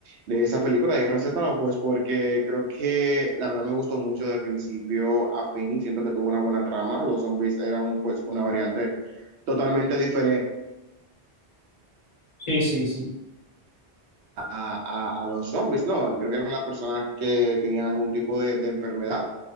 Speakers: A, on the right; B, on the left.
A: de esa película de Guerra Z, ¿no? pues porque creo que la verdad me gustó mucho de principio a fin, siento que tuvo una buena trama, los zombies eran pues una variante totalmente diferente
B: Sí, sí, sí.
A: a, a- a los zombies, ¿no? Creo que eran las personas que tenían algún tipo de, de enfermedad